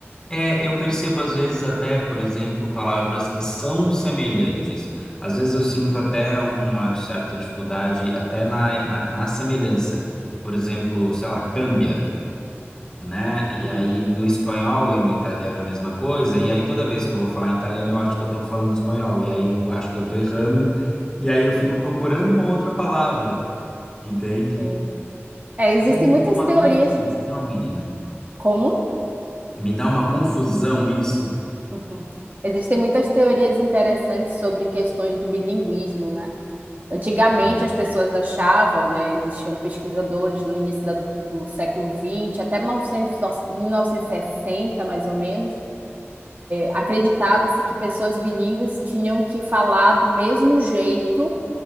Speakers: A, on the left; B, on the right.
A: É, eu percebo às vezes até, por exemplo, palavras que são semelhantes. Às vezes eu sinto até um- uma certa dificuldade até na, na, na semelhança. Por exemplo, sei lá, câmbia. né? E
B: E,
A: aí no espanhol e no italiano é a mesma coisa, e aí toda vez que eu vou falar em italiano eu acho que eu tô falando espanhol, e aí eu acho que eu tô errando, e aí eu fico procurando uma outra palavra, entende?
B: sim. É, existem
A: Aí me
B: muitas
A: dá uma
B: teorias.
A: confusão, menina.
B: Como?
A: Me dá uma confusão isso.
B: <laughs> Existem muitas teorias interessantes sobre questões do bilinguismo, né? Antigamente
A: Hum.
B: as pessoas achavam, né? Existiam pesquisadores no início da- do século XX, até 1900, 1960, mais ou menos Acreditava-se que pessoas bilíngues tinham que falar do mesmo jeito